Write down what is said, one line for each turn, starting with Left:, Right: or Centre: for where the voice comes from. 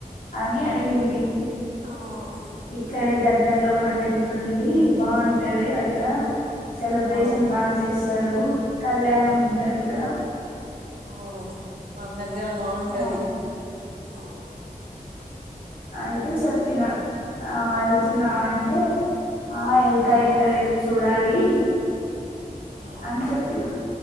Left: అని అడిగింది
Right: ఆహ్
Left: ఇక్కడే దగ్గర్లో మా టెంపుల్ ఉంది బాగుంటది అక్కడ సెలబ్రేషన్
Right: ఆ
Left: బాగా చేస్తారు కళ్యాణం ఉంటది కదా
Right: అవును మంద గ్గర బాగుంటది
Left: ఆ
Right: ఆ
Left: అయితే చెప్పిన ఆ ఏల్తున్నావా అంటే ఆ ఏళ్తా ఇంకా రేపు చూడాలి
Right: ఆ
Left: అని చెప్పిన